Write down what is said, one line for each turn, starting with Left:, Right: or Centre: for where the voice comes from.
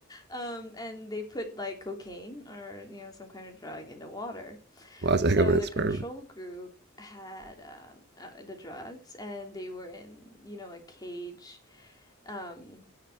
Left: Um, and they put like cocaine or you know some kind of drug in the water.
Right: Well, that's
Left: So
Right: a heck of an
Left: the
Right: experiment.
Left: control group had um, uh, the drugs, and they were in you know a cage um,